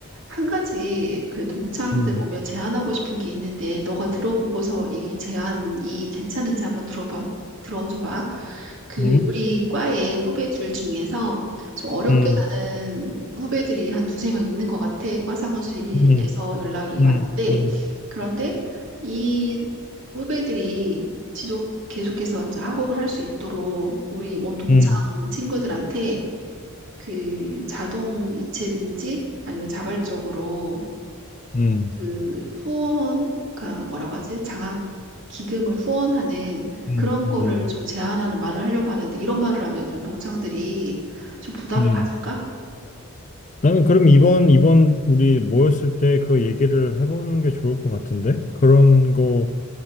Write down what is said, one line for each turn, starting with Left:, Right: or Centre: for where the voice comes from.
Right: 한 가지 그 동창들
Left: 음,
Right: 오며 제안하고 싶은 게 있는데, 너가 들어보고서 이 제안이 괜찮은지 한번 들어봐, 들어줘봐. 그,
Left: 음,
Right: 우리 과의 후배들 중에서 좀 어렵게
Left: 음,
Right: 사는 후배들이 한 두세 명 있는 것 같아. 과 사무실에서
Left: 음,
Right: 연락이
Left: 음,
Right: 왔는데,
Left: 음,
Right: 그런데 이 후배들이 지속 계속해서 이제 학업을 할 수 있도록 우리 온 동창
Left: 음.
Right: 친구들한테 그 자동 이체든지 아니면 자발적으로
Left: 음.
Right: 그 후원, 그 뭐라고 하지? 장학 기금을 후원하는
Left: 음,
Right: 그런
Left: 음,
Right: 거를 좀 제한하는 말을 하려고 하는데 이런 말을 하면 좀 동창들이 좀 부담을
Left: 음.
Right: 가질까?
Left: 나는 그럼 이번, 이번 우리 모였을 때 그 얘기를 해보는 게 좋을 것 같은데? 그런 거